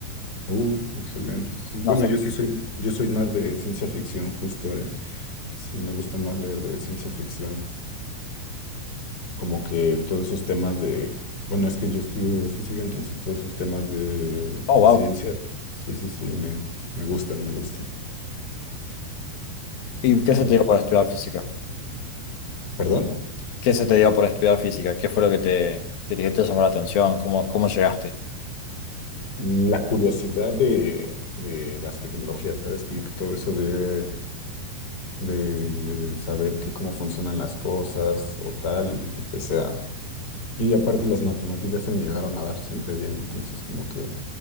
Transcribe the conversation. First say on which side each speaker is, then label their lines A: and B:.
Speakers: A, on the left; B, on the left.
A: Uh, excelente. Sí, Bueno,
B: No sé
A: yo
B: qué.
A: sí soy, yo soy más de ciencia ficción, justo, ¿eh? Sí, me gusta más leer de ciencia ficción. Como que todos esos temas de, bueno, es que yo estudio física, entonces todos esos temas de, de
B: Oh, wow.
A: ciencia, sí, sí, sí, me, me gustan, me gustan.
B: ¿Y qué se
A: Y-
B: te dio por estudiar física?
A: perdón,
B: ¿Qué se te dio por estudiar física? ¿Qué fue lo que te, que te, que te llamó la atención? ¿Cómo, cómo llegaste?
A: mm, la curiosidad de, de las tecnologías, ¿sabes? Como que todo eso de, de saber que cómo funcionan las cosas o tal, y empecé a Y aparte las matemáticas se me llegaron a dar siempre bien, entonces como que